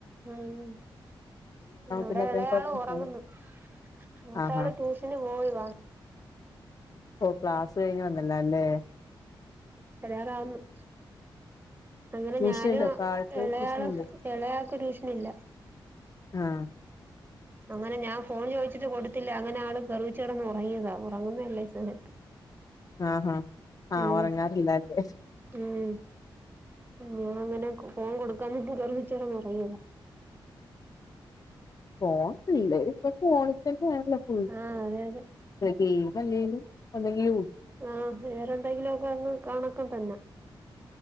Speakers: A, on the right; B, on the left.
A: ഉം ഇവിടെ
B: പിന്നെ അത്രയും
A: ഇളയാള്
B: കുഴപ്പണ്ടാവില്ല
A: ഒറങ്ങുന്നു. മൂത്താള്
B: ആഹാ
A: ട്യൂഷന് പോയിവാ
B: ഓഹ് ക്ലാസ് കഴിഞ്ഞ് വന്നില്ലാല്ലേ?
A: വരാറാവുന്ന്- അങ്ങനെ
B: ട്യൂഷൻ
A: ഞാനു
B: ഇല്ലേ ഇപ്പൊ ആൾക്ക്
A: ഇളയാള്
B: ട്യൂഷൻ ഇല്ലേ
A: ഇളയാൾക്ക് ടൂഷനില്ല.
B: ആഹ്.
A: അങ്ങനെ ഞാൻ ഫോൺ ചോയ്ച്ചിട്ട് കൊടുത്തില്ല അങ്ങനെ ആള് കെറിയിച്ചെടന്ന് ഒറങ്ങിയതാ ഉറങ്ങുന്നതല്ലേ ഈ സമയത്ത്.
B: ആഹാ ആഹ്
A: ഉം
B: ഒറങ്ങാറില്ലല്ലേ?
A: ഉം ഞാൻ അങ്ങനെ ഫോൺ കൊടുക്കാഞ്ഞിട്ട് കെറിയിച്ചെടന്നഒറങ്ങിയത.
B: ഫോൺ പിള്ളേരൊക്കെ ഇപ്പൊ ഫോണിൽതന്നേണല്ലൊ ഫുൾ
A: ആഹ് അതെ അതെ
B: ഗെയിമല്ലേലുംഅല്ലങ്കി യൂ
A: ആഹ് വേറെന്തെങ്കിലുഒക്ക അങ്ങ് കാണക്കം തന്നെ-